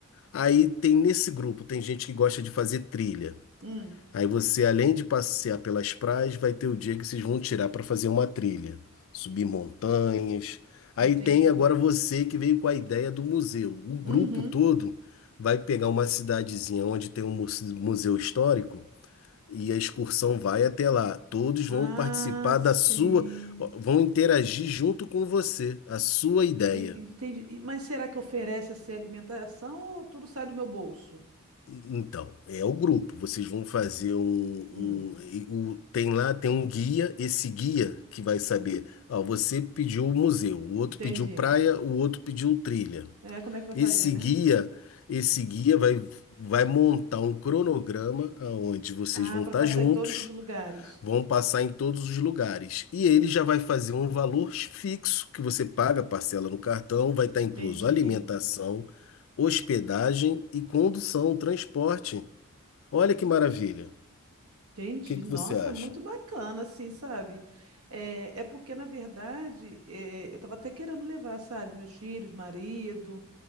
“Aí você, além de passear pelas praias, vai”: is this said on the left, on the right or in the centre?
Left